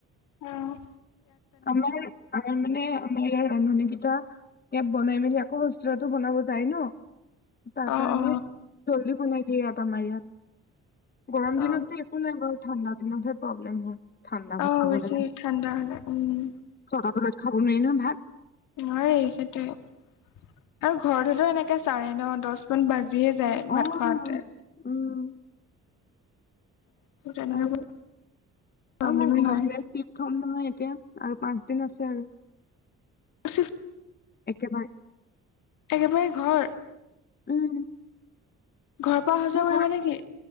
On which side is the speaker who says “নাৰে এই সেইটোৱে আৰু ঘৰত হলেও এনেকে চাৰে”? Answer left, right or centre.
Left